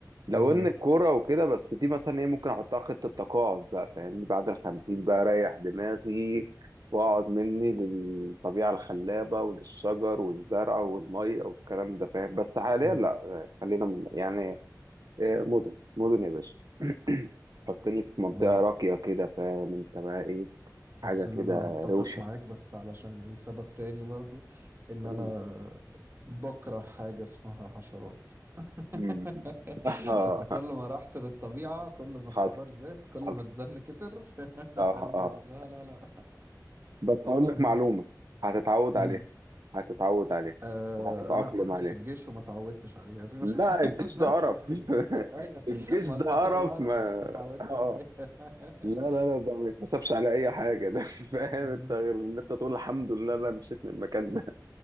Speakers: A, on the right; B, on the right.
A: لو
B: أمم،
A: ان الكوره وكده بس دي مثلا ايه ممكن احطها خطه تقاعد بقى فاهمني بعد الخمسين بقى اريح دماغي واقعد مني للطبيعه الخلابه وللشجر والزرع والميه والكلام ده فاهم بس حاليا
B: أمم.
A: لا خلينا م- يعني آه، مدن مدن يا باشا <clears throat> حطني في منطقه
B: والله
A: راقيه كده فاهم انت بقى ايه حاجه
B: حاسس إن
A: كده
B: أنا هتفق
A: روشه
B: معاك بس علشان إيه سبب تاني برضو إن
A: <laughs>
B: أنا بكره حاجة اسمها حشرات <laughs>
A: مم. <laughs> اه
B: فانت كل ما رحت للطبيعة كل ما الخضار
A: حصل
B: زاد كل
A: حصل
B: ما الزن كتر
A: اه
B: <laughs> امجد
A: اه
B: لا لا لا
A: بس اقول لك
B: مم.
A: معلومه هتتعود
B: مم.
A: عليها هتتعود عليها
B: آه
A: وهتتأقلم
B: انا كنت
A: عليها
B: في الجيش وما اتعودتش عليه يعني <laughs>
A: لا الجيش ده
B: الناس
A: قرف
B: شفت
A: <laughs>
B: كتير <laughs> ايوه
A: الجيش
B: ما
A: ده
B: انا كنت
A: قرف
B: في الهرم
A: ما
B: ده ما اتعودتش
A: اه
B: عليه <laughs>
A: لا لا لا ده ما يتحسبش على اي حاجه ده <laughs> فاهم
B: مم.
A: انت غير ان انت تقول الحمد لله انا مشيت من المكان ده